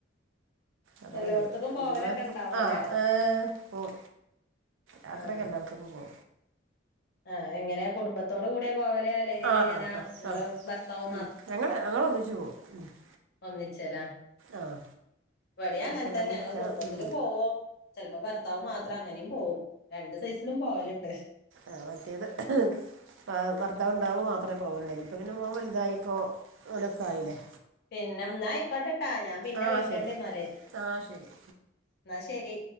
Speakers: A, on the right (about 75°); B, on the left (about 55°).
A: അതളത്‌
B: എല്ലോട്ത്ത്ക്കും പോവലൊക്കെ
A: ഉം
B: ഉണ്ടാവൂല്ലേ
A: ആഹ് പോം യാത്രൊക്ക്‌ണ്ടാർന്നു
B: ആഹ്
A: <unintelligible> പോ
B: ആഹ് എങ്ങനെ കുടുംബത്തോട് കൂടിയാ പോവല് അല്ലെങ്കിൽ
A: ആഹ്
B: ഇങ്ങനെ
A: ആഹ് ആഹ്
B: നിങ്ങള്
A: ആഹ്
B: ഭർത്താവ്
A: ഞങ്ങള് ഞങ്ങളൊന്നിച്ച് പോവും <inaudible>
B: ഒന്നിച്ച്ലേ
A: ആഹ്
B: ഇവിടിം അങ്ങനെ
A: ഇക്കണ്ടെങ്കി
B: തന്നെ ഞങ്ങള്
A: ഇക്ക
B: കുടുംബത്തില്
A: ഉം
B: പോവും. ചെലപ്പോ ഭർത്താവ് മാത്രം അങ്ങനിം പോവും രണ്ട് സൈസിലും പോവല്ണ്ട്.
A: ആ മറ്റേത് ഭ ഭർത്താവ് ഇണ്ടാവുമ്പോൾ മാത്രേ പോവള്ളൂ ഇനിപ്പ പിന്നെ മോൻ വലുതായിപ്പോ ഓനൊക്കായില്ലേ
B: പിന്നെന്നാ ആയിക്കോട്ടേട്ടാ ഞാൻ പിന്നെ
A: ആഹ്
B: വിളിക്ണ്ട്ന്നാല്
A: ശരി ആഹ് ശരി
B: എന്നാ ശെരി.